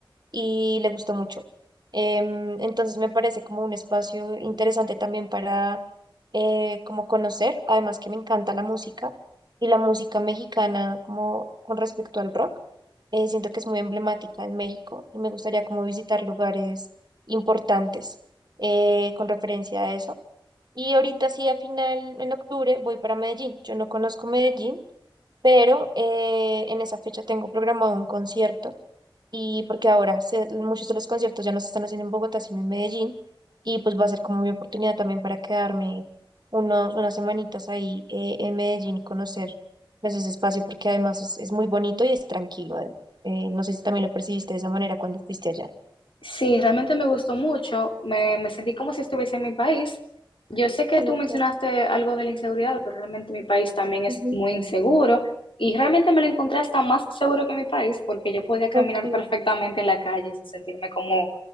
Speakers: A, on the right; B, on the left.
A: y le gustó mucho. Em, entonces me parece como un espacio interesante también para eh, como conocer, además que me encanta la música y la música mexicana como con respecto al rock, eh, siento que es muy emblemática en México y me gustaría como visitar lugares importantes eh, con referencia a eso. Y ahorita sí, a final, en octubre, voy para Medellín. Yo no conozco Medellín, pero eh, en esa fecha tengo programado un concierto y porque ahora se- muchos de los conciertos ya no se están haciendo en Bogotá, sino en Medellín. Y pues va a ser como mi oportunidad también para quedarme unos, unas semanitas ahí eh, en Medellín y conocer pues, ese espacio porque además es, es muy bonito y es tranquilo. eh. Eh, no sé si también lo percibiste de esa manera cuando fuiste allá.
B: Sí, realmente me gustó mucho. Me, me sentí como si estuviese en mi país. Yo sé que
A: Okay.
B: tú mencionaste algo de la inseguridad, pero realmente mi país también es
A: ujú,
B: muy inseguro y realmente me lo encontré hasta más seguro que mi país porque yo podía caminar
A: ok.
B: perfectamente en la calle sin sentirme como,